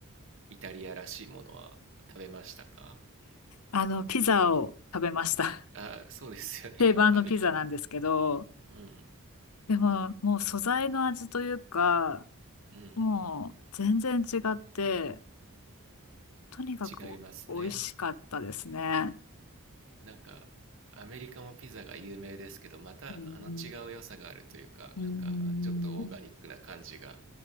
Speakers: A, on the right; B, on the left.
A: イタリアらしいものは食べましたか
B: あの、ピザを食べました。
A: あそうですよね
B: <laughs> 定番のピザなんですけど、
A: <laughs> やっぱりうん
B: でも、もう素材の味というか、
A: うん
B: もう全然違って、とにかくお美味しかったですね。
A: 違いますねなんかアメリカもピザが有名ですけどまたあの違う良さがあるというかなんかちょっとオーガニックな感じが
B: うんうんうーん